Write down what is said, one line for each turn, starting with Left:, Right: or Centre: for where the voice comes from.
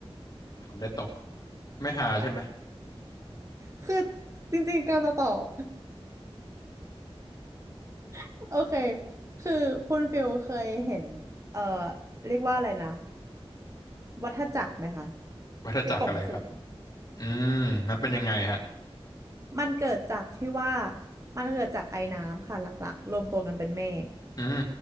Left: ฝนเลยตกไม่หาใช่ไหม
Right: คือจริงๆการจะตอบ <laughs> โอเคคือคุณฟิวเคยเห็นเอ่อเรียกว่าอะไรนะวัฏจักรไหมคะ
Left: <laughs> วัฏจักรอะไรครับ
Right: ของฝน
Left: อืมนันเป็นยังไงฮะ
Right: มันเกิดจากที่ว่ามันเกิดจากไอน้ำค่ะหลักๆรวมตัวกันเป็นเมฆ
Left: อืม